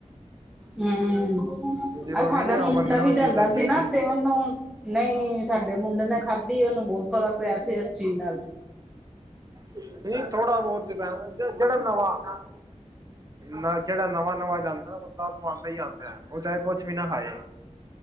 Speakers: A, in the centre; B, on the right.
A: ਹਮ
B: ਜ਼ਰੂਰੀ
A: ਆ ਸਾਡਾ
B: ਨੀ ਆਓ
A: ਮੁੰਡਾ
B: ਬੰਦੇ ਨੂੰ
A: ਵੀ
B: ਉਹ
A: ਜਾਂਦਾ
B: ਚੀਜ਼ ਲੱਗੇਗੀ।
A: ਸੀ ਨਾ ਤੇ ਉਨੂੰ ਨਹੀਂ ਸਾਡੇ ਮੁੰਡੇ ਨੇ ਖਾਧੀ ਉਨੂੰ ਬੋਹ ਫਰਕ ਪਿਆ ਸੀ ਇਸ ਚੀਜ਼ ਨਾਲ
B: ਨਹੀਂ ਥੋੜਾ ਬੌਤ ਜਿੜਾ ਨਵਾ ਨਾ ਜਿਹੜਾ ਨਵਾਂ ਨਵਾਂ ਜਾਂਦਾ ਨਾ ਬੰਦਾ ਨ ਆਂਦਾ ਈ ਆਂਦਾ ਉਹ ਚਾਹੇ ਕੁਛ ਵੀ ਨਾ ਖਾਏ।